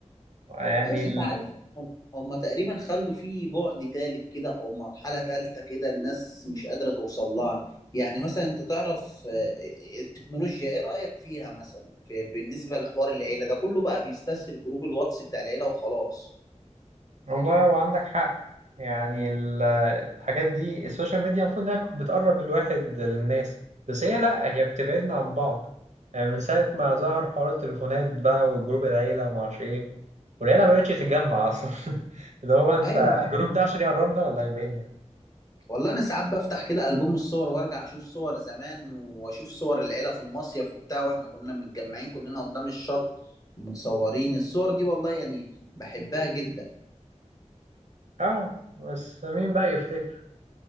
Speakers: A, on the right (about 75°); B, on the left (about 30°).
A: يعني
B: ايوه بس انت عارف هم هم تقريبا خلوا فيه بعد تالت كده او مرحله تالته كده الناس مش قادره توصل لها يعني مثلا انت تعرف آه، التكنولوجيا ايه رايك فيها مثلا في بالنسبه لحوار العيله ده كله بقى بيستسهل جروب الواتس بتاع العيله وخلاص
A: والله هو عندك حق يعني ال- الحاجات دي السوشيال ميديا المفروض انها بتقرب الواحد للناس بس هي لا هي بتبعدنا عن بعض يعني من ساعة ما ظهر حوار التليفونات بقى وجروب العيلة ومعرفش ايه والعيلة ما بقتش تتجمع اصلا <laughs> اللي هو انت
B: ايوه
A: الجروب ده عشان يقربنا ولا يبعدنا
B: والله انا ساعات بفتح كده البوم الصور وارجع اشوف صور زمان واشوف صور العيله في المصيف وبتاع واحنا كنا متجمعين كلنا قدام الشط متصورين الصور دي والله يعني بحبها جدا
A: اه بس مين بقى يفتكر